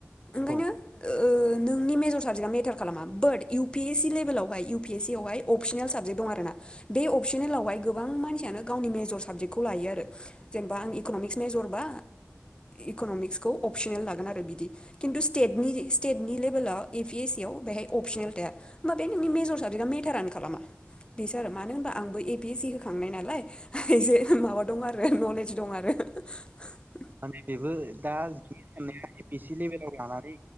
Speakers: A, on the left; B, on the right.
A: ओंखायनो
B: दं
A: ओ नोंनि मेजर साबजेक्टआ मेटार खालामा बाट इउ पि एस सि लेभेलावहाय इउ पि एस सि आवहाय अपसनेल साबजेक्ट दं आर ना बे अपसनेलावहाय गोबां मानसियानो गावनि मेजर साबजेक्टखौ लायो आरो जेनेबा आं इक'नमिक्स मेजरबा इक'नमिक्सखौ अपसनेल लागोन आरो बिदि खिन्थु स्टेटनि स्टेटनि लेभेलाव ए पि एस सि आव बेहाय अपसनेल थाया होम बे नोंनि मेजर साबजेक्टआ मेटार आन खालामा बेसो आरो मानो होनबा आंबो ए पि एस सि होखांनाय नालायसेे माबा दं आरो नलेज दं आरो <unintelligible>
B: माने बेबो दा बि साननाय ए पि एस सि लेभेलाव लानानै